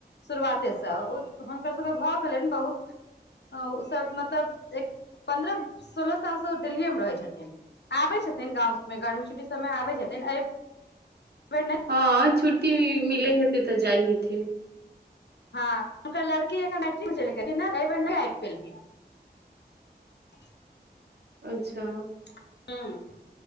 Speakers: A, on the left; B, on the right.
A: शुरुआते से ओ हुनकर सबके भऽ भ गेलैन बहुत ओ सब मतलब एक पन्द्रह सोलह साल स ओ दिल्लीए मे रहै छथिन आबै छथिन गाँव घर मे गर्मी छुट्टी सबमे आबै छथिन बेर
B: हाँ छुट्टी मिलै हे तै तऽ जाइ हेथिन
A: हँ हुनक लड़की एखन <unintelligible> एहि बेर नहि आबि पेलखिन <inaudible>
B: अच्छा
A: <unintelligible>